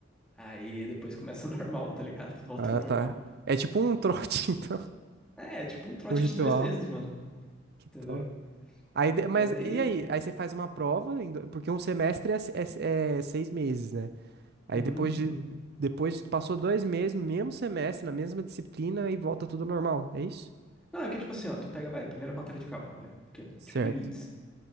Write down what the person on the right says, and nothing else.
Ah,
tá. É tipo um trote, <laughs> então,
um ritual.
Que
top. Aí, de- mas
e
aí? Aí você faz uma prova, em do- porque um semestre é, se- é se- é seis meses, né? Aí
depois de,
depois de- passou dois meses, no mesmo semestre, na mesma disciplina e volta tudo normal, é isso?
Certo.